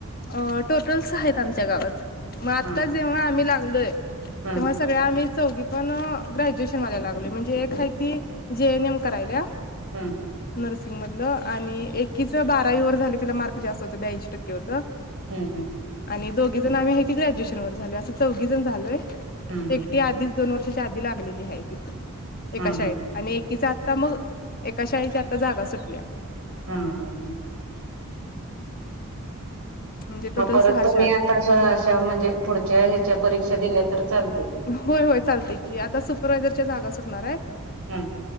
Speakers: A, on the left; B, on the right.
A: अ टोटल सहा हाईत आमच्या गावात, म आता
B: हा
A: जेव्हा आम्ही लागलोय तेव्हा
B: हा
A: सगळ्या आम्ही चौघी पण ग्रॅज्युएशन वाल्या लागलोय म्हणजे, एक हाय ती जीएनएम करायल्या.
B: हम्म.
A: नर्सिंग मधलं आणि एकीच बारावी वर झाल, तिला मार्क जास्त होत ब्याऐंशी टक्के होत.
B: हम्म. हम्म.
A: आणि दोघी जण आम्ही हाय ती ग्रॅज्युएशन वर झालोय, असं चौघीजण झालोय.
B: हम्म
A: एकटी आधीच दोन वर्षा आधी लागलेली हाय हिथ, एका
B: हा
A: शाळेत
B: हा हा
A: आणि एकीचा ता मग एका शाळेची आत्ता जागा सुटल्या
B: हम्म हम्म हम्म.
A: म्हणजे टोटल
B: म परत
A: सहा
B: तुम्ही
A: शाळा आहेत
B: आता अशा शौ म्हणजे पुढच्या हेच्या परीक्षा दिल्या तर चाल
A: होय होय. चालतयं की आता सुपरवायझर च्या जागा सुटणार हाईत
B: ह